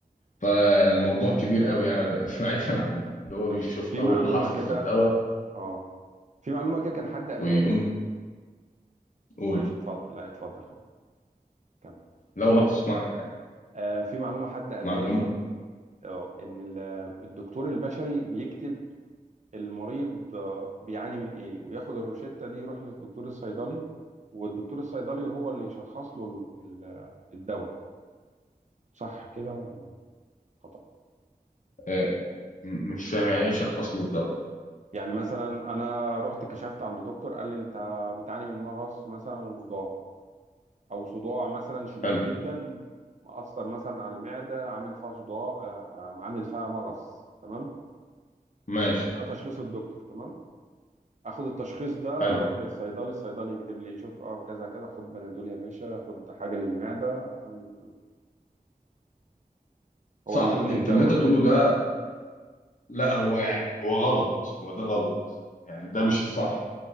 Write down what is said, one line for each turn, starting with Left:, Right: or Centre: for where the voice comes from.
Left: فالموضوع كبير قوي يعني <laughs> بعيدا عن ان هو
Right: طب
Left: بيشوف
Right: في في
Left: اول
Right: معلومة
Left: حرف
Right: كده
Left: في الدواء
Right: اه في معلومة كده كان حد قالها
Left: ويقوم
Right: لي
Left: يقول
Right: ماشي اتفضل لا اتفضل خلاص كمل
Left: لا والله كنت معك يعني
Right: آه في معلومة حد قالها
Left: معلومة
Right: لي اه ان ال- الدكتور البشري بيكتب المريض آه، بيعاني من ايه وياخد الروشتة دي يروح للدكتور الصيدلي والدكتور الصيدلي هو اللي يشخص له ال- ال- الدواء صح كده ولا خطأ
Left: آه، م- مش فاهم يعني ايه شخص له الدواء
Right: يعني مثلا انا رحت كشفت عند دكتور قال لي انت بتعاني من مغص مثلا وصداع او صداع مثلا شديد
Left: حلو
Right: جدا مأثر مثلا على المعده عامل فيها صداع آه، آه، عامل فيها مغص تمام
Left: ماشي
Right: ده تشخيص الدكتور تمام اخد التشخيص ده
Left: حلو
Right: اروح للصيدلي الصيدلي يكتب لي شوف اه كذا كذا خد بنادول يا باشا خد حاجه للمعده تمام تمام
Left: صح
Right: هو اللي يقول لي
Left: انت
Right: الدواء
Left: اللي انت بتقوله
Right: خد
Left: ده لا هو يعني هو غلط هو ده غلط يعني ده مش الصح